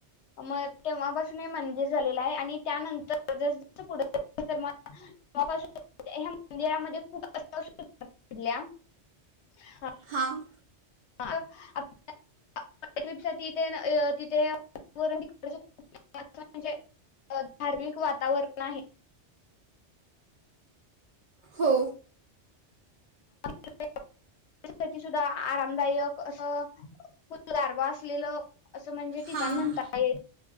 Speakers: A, on the left; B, on the right.
A: म तेव्हापासून हे मंदिर झालेलं आहे आणि त्यानंतर जसजस <unintelligible> मंदिरामध्ये खूप <unintelligible>
B: हां
A: <unintelligible> धार्मिक वातावरण आहे.
B: हो
A: <inaudible> सुद्धा आरामदायक असं खूप गारवा असलेलं असं म्हणजे ठिकाण
B: हा
A: म्हणता ये